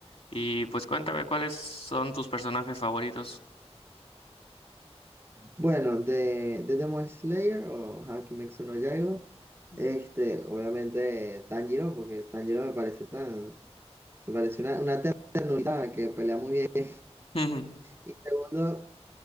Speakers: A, on the left; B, on the right.
A: Y pues cuéntame cuáles son tus personajes favoritos.
B: Bueno, de, de Demon Slayer o ja, Kimetsu no Yaiba,
A: Ujú.
B: este, obviamente eh, Tanjiro, porque Tanjiro me parece tan, me parece una, una ternura que pelea muy bien.
A: <laughs>
B: Y segundo,